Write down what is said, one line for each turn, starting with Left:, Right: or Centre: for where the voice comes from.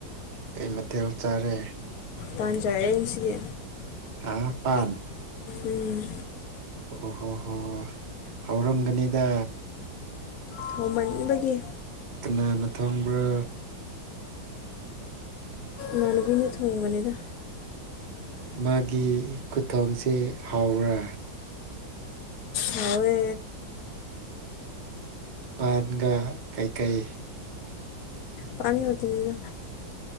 Right: ꯀꯩ ꯃꯊꯦꯜ ꯆꯥꯔꯦ
Left: ꯄꯥꯟꯖꯌꯦꯟꯁꯤꯒꯤ
Right: ꯍꯥ ꯄꯥꯟ
Left: ꯎꯝ
Right: ꯑꯣ ꯍꯣ ꯍꯣ ꯍꯧꯔꯝꯒꯅꯤꯗ
Left: ꯍꯣꯡꯃꯟꯕꯒꯤ
Right: ꯀꯅꯥꯅ ꯊꯣꯡꯕ꯭ꯔꯥ
Left: ꯃꯥꯅꯕꯤꯅ ꯊꯣꯡ ꯃꯅꯗ
Right: ꯃꯥꯒꯤ ꯈꯨꯊꯣꯡꯁꯦ ꯍꯥꯎꯕ꯭ꯔꯥ
Left: ꯍꯥꯋꯦ
Right: ꯄꯥꯟꯒ ꯀꯩꯀꯩ
Left: ꯄꯅꯤ ꯑꯣꯏꯗꯤꯅꯤꯅ